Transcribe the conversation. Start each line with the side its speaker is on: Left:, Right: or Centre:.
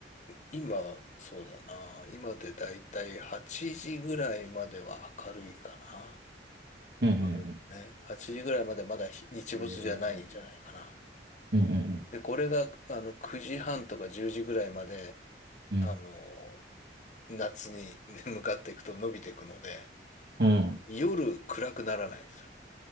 Left: 今、そうだな。今でだいたい8時ぐらいまでは明るいかな。
Right: うん。うんうんうん。
Left: 夜のね。8時ぐらいまでまだ日日没じゃないんじゃないかな。
Right: えーうんうん
Left: で、これが、あの、9時半とか10時ぐらいまで、
Right: うん。うん。
Left: あの、夏に <laughs> 向かっていくと伸びていくので、
Right: うん。
Left: 夜暗くならないんですよ。